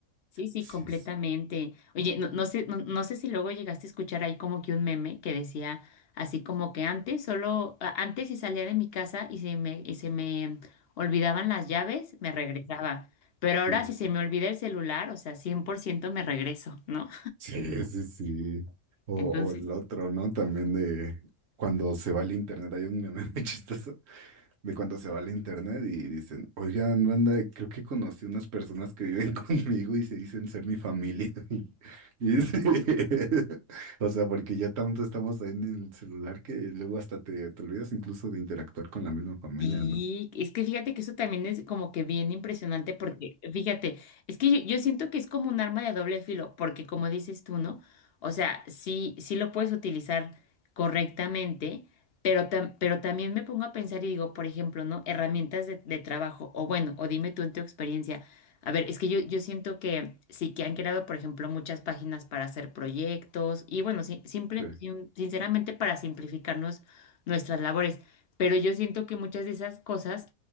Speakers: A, on the left; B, on the right.
A: sí, sí,
B: sí.
A: completamente. Oye, no, no sé, no, no sé si luego llegaste a escuchar ahí como que un meme que decía así como que antes, solo a- antes si salía de mi casa y se me, y se me olvidaban las llaves, me regresaba. Pero ahora
B: sí.
A: si se me olvida el celular, o sea, 100% me regreso, ¿no?
B: Sí, sí, sí. O,
A: Entonces,
B: o el otro, ¿no? También de cuando se va el internet. Hay un meme <laughs> muy chistoso de cuando se va el internet y dicen, oigan, banda, creo que conocí unas personas que viven <laughs> conmigo y se dicen ser mi familia. <laughs> Y y es- <laughs> O sea, porque ya tanto estamos ahí en el celular que luego hasta te, te olvidas incluso de interactuar con la misma familia,
A: Sí,
B: ¿no?
A: es que fíjate que eso también es como que bien impresionante porque, fíjate, es que yo, yo siento que es como un arma de doble filo, porque como dices tú, ¿no? O sea, sí, sí lo puedes utilizar correctamente, pero, tam- pero también me pongo a pensar y digo, por ejemplo, ¿no? Herramientas de, de trabajo, o bueno, o dime tú en tu experiencia. A ver, es que yo, yo siento que sí que han creado, por ejemplo, muchas páginas para hacer proyectos y bueno, sí, simple,
B: Sí.
A: sin- sinceramente para simplificarnos nuestras labores. Pero yo siento que muchas de esas cosas,